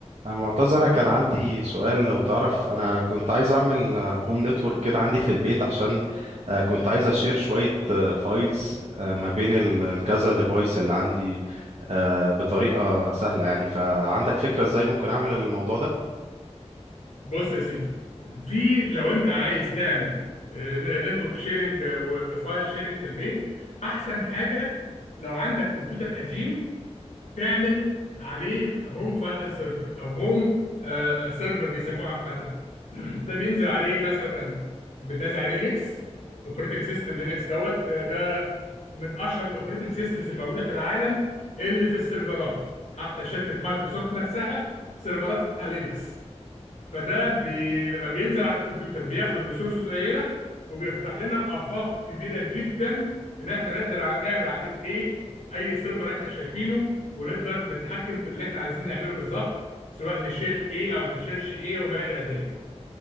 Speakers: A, on the right; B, on the left.
A: أنا معتز أنا كان عندي سؤال لو تعرف أنا كنت عايز أعمل هوم نتورك كده عندي في البيت عشان آه، كنت عايز أشير شوية فايلز ما بين ال- الكذا ديفايس اللي عندي آه، بطريقة سهلة يعني فعندك فكرة إزاي ممكن أعمل الموضوع ده؟
B: بص يا سيدي في لو انت عايز تعمل نتورك شيرنج وفايل شيرنج في البيت احسن حاجه لو عندك كمبيوتر قديم تعمل عليه هوم فايل سيرفر او هوم سيرفر بيسموه عامه <clears throat> ده بينزل عليه مثلا بننزل عليه لينكس اوبريتنج سيستم لينكس دوت آه، ده من اشهر الاوبريتنج سيستمز الموجوده في العالم اللي في السيرفرات حتى شركه مايكروسوفت نفسها سيرفراتها لينكس فده بي... لما بينزل على الكمبيوتر بياخد ريسورسز قليله وبيفتح لنا افاق كبيره جدا ان احنا نقدر ع- نعمل عليه اي سيرفر احنا شايفينه ونقدر نتحكم في اللي احنا عايزين نعمله بالظبط سواء نشير ايه او ما نشيرش ايه وما الى ذلك